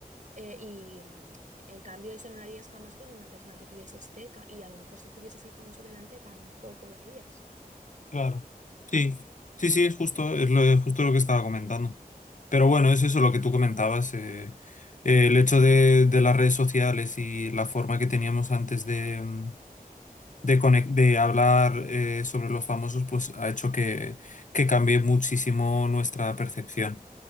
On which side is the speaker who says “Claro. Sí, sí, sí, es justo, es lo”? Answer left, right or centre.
Left